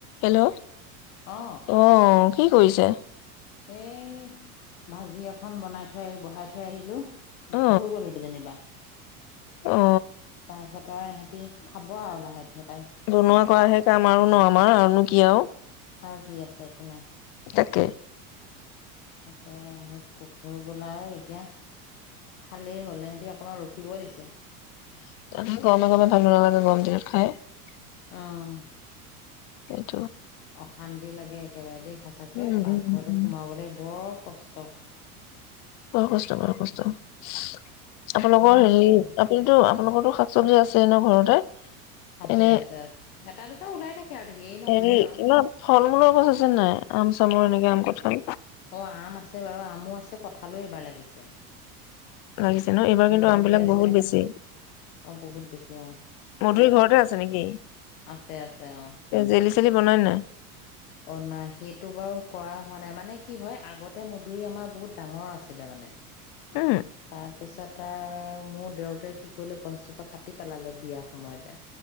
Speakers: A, on the left (about 45°); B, on the left (about 70°).
A: Hello,
B: অ
A: অহ ', কি কৰিছে?
B: এই ভাজি এখন বনাই- থৈ, আহি বহাই- থৈ আহিলোঁ।
A: অ
B: হৈ গ'লে কিযেনিবা
A: অ
B: তাৰছত আৰু এ', ৰাতি খাব আৰু লাহে-ধিৰে
A: বনোৱা কৰাহে কাম আৰু ন', আমাৰ, আৰুনো কি আৰু?
B: আৰু কি আছে একো নাই।
A: তাকে,
B: তাকে আৰু হৈ গল আৰু এতিয়া। খালেই হ'লে, সহঁতি অকণমান ৰখিব, শুবই লৈছে।
A: <unintelligible>
B: আহ',
A: হয়',
B: অশান্তি লাগে একেবাৰে দেই সঁচাকে
A: উম উম
B: পাকঘৰটোত
A: উম উম
B: সোমাবলে বৰ, কষ্ট,
A: বৰ কষ্ট- বৰ কষ্ট আপোনালোকৰ
B: কিমাননো
A: হেৰি',
B: কৰিবা
A: আপুনিতো, আপোনালোকৰতো চব্জি আছে ন', ঘৰতে?
B: আছে-আছে-আছে,
A: এনে
B: এটা দুটা ওলাই থাকে আৰু ধেৰ নহয়
A: হেৰি
B: আৰু
A: কিবা ফল মূলৰ গছ আছে নাই আম চামৰ এনেকে আম কঠাল
B: অ', আম আছে বাৰু আমো আছে কঁঠালো বা ', লাগিছে।
A: লাগিছে ন', এইবাৰ কিন্তু
B: মধুৰি
A: আমবিলাক
B: আছে
A: বহুত বেছি।
B: অ বহুত বেছি অ
A: মধুৰি ঘৰতে আছে নেকি?
B: আছে আছে অ
A: জে জেলী বনাই নাই?
B: অ নাই সেইটো বাৰু কৰা হোৱা নাই মানে কি হয় আগতে, মধুৰি আমাৰ বহুত ডাঙৰ আছিলে মানে,
A: উম
B: তাৰপিছত আৰ মোৰ, <unintelligible> জোপা কাটি পেলালে বিয়াৰ সময়তে।